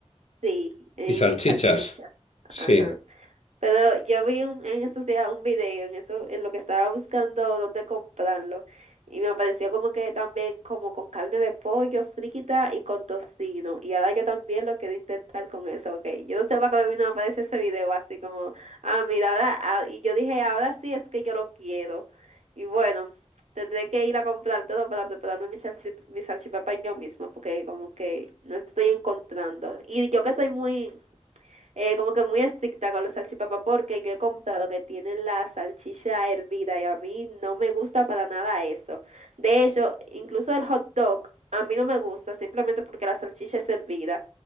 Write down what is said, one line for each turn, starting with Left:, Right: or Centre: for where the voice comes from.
Right: Sí, eh,
Left: Y salchichas.
Right: y salchicha.
Left: Sí.
Right: Ajá. Pero yo vi un- en estos días un video en eso, en lo que estaba buscando dónde comprarlo y me apareció como que también como con carne de pollo frita y con tocino y ahora yo también lo quiero intentar con eso, okay. Yo no sé para qué me vino a aparecer ese video así como, ah, mira, ahora, ah, y yo dije, ahora sí es que yo lo quiero. Y bueno, tendré que ir a comprar todo para prepararme mi salchip- mi salchipapa yo misma porque como que no estoy encontrando. Y yo que soy muy eh, como que muy estricta con la salchipapa porque yo he comprado que tienen la salchicha hervida y a mí no me gusta para nada eso. De hecho, incluso el hot dog a mí no me gusta simplemente porque la salchicha es hervida.